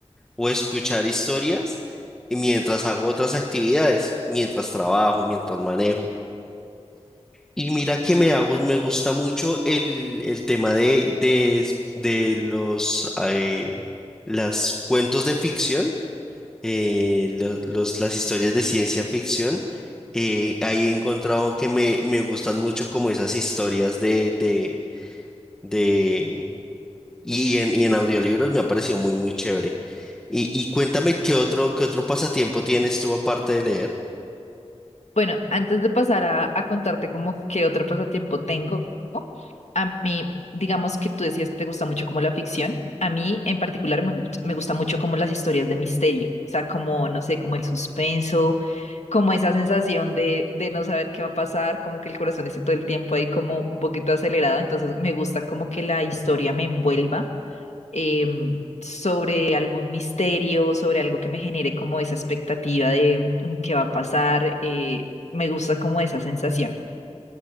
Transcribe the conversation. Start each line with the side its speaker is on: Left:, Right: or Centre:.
Centre: o escuchar historias y mientras hago otras actividades, mientras trabajo, mientras manejo. Y mira que me hago, me gusta mucho el, el tema de, de, de los eh, las cuentos de ficción, eh, los, los- las historias de ciencia ficción. Eh, ahí he encontrado que me, me gustan mucho como esas historias de, de, de y, y en, y en audiolibros me ha parecido muy, muy chévere. Y, y cuéntame qué otro, qué otro pasatiempo tienes tú aparte de leer.
Left: Bueno, antes de pasar a, a contarte como qué otro pasatiempo tengo, a mí, digamos que tú decías que te gusta mucho como la ficción. A mí en particular me, gu- me gusta mucho como las historias de misterio, o sea, como, no sé, como el suspenso, como esa sensación de, de no saber qué va a pasar, como que el corazón esté todo el tiempo ahí como un poquito acelerado, entonces me gusta como que la historia me envuelva eh, sobre algún misterio, sobre algo que me genere como esa expectativa de mm, qué va a pasar. eh, me gusta como esa sensación.